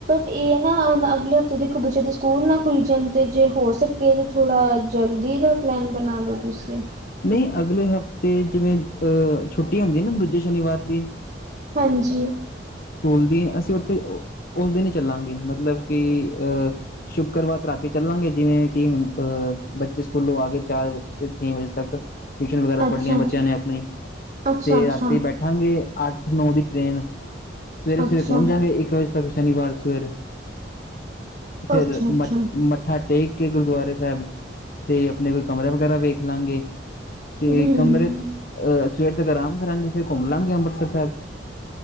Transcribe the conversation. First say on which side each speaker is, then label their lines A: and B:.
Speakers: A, on the right (about 40°); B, on the left (about 50°).
A: ਇਹ ਨਾ ਹੁਣ ਅਗਲੇ ਹਫ਼ਤੇ ਦੇਖੋ ਬੱਚੇ ਦੇ ਸਕੂਲ ਨਾ ਖੁੱਲ ਜਾਣ ਤੇ ਜੇ ਹੋ ਸਕੇ ਥੋੜਾ ਜਲਦੀ ਦਾ ਪਲੈਨ ਬਣਾ ਲੋ ਤੁਸੀ
B: ਨਹੀਂ ਅਗਲੇ ਹਫ਼ਤੇ, ਜਿਵੇਂ ਅਹ ਛੁੱਟੀ ਹੁੰਦੀ ਨਾ ਦੂਜੇ ਸ਼ਨੀਵਾਰ ਦੀ‌
A: ਹਾਂਜੀ-
B: ਸਕੂਲ ਦੀ ਅਸੀ ਉਥੇ ਉਸ ਦਿਨ ਹੀ ਚੱਲਾਗੇ ਮਤਲਬ ਕਿ ਅਹ- ਸ਼ੁਕਰਵਾਰ ਰਾਤੀ ਚਲਾਗੇ ਜਿਵੇ ਕਿ ਹੁਣ ਅਹ ਬੱਚੇ ਸਕੂਲੋ ਆ ਕੇ ਚਾਰ ਤੇ ਛੇ ਵਜੇ ਤਕ- ਟਿਊਸ਼ਨ ਵਗੈਰਾ
A: ਅੱਛਾ-ਅੱਛਾ,
B: ਪੜ੍ਹਨੀਆਂ ਬੱਚਿਆਂ ਨੇ ਆਪਣੀ ਅਤੇ
A: ਅੱਛਾ-ਅੱਛਾ,
B: ਰਾਤੀ ਬੈਠਾਂਗੇ ਅੱਠ -ਨੌ, ਦੀ ਟਰੇਨ‌ ਸਵੇਰੇ-ਸਵੇਰੇ
A: ਅੱਛਾ,
B: ਪਹੁੰਚ ਜਾਂਗੇ ਇੱਕ ਵਜੇ ਤੱਕ ਸ਼ਨੀਵਾਰ ਸਵੇਰ ਫੇਰ
A: ਅੱਛਾ-ਅੱਛਾ
B: ਮ ਮੱਠਾ ਟੇਕ ਕੇ ਗੁਰਦੁਆਰੇ ਸਾਹਿਬ ਤੇ ਆਪਣੇ ਕੋਈ ਕਮਰਾ ਵਗੈਰਾ ਵੇਖ ਲਾਂਗੇ ਤੇ
A: ਹੂੰ,
B: ਕਮਰੇ ਅਹ ਸਵੇਰ ਤੱਕ ਆਰਾਮ ਕਰਾਂਗੇ ਫਿਰ ਘੁੰਮ ਲਵਾਂਗੇ ਅੰਮ੍ਰਿਤਸਰ ਸਾਹਿਬ ਜੀ।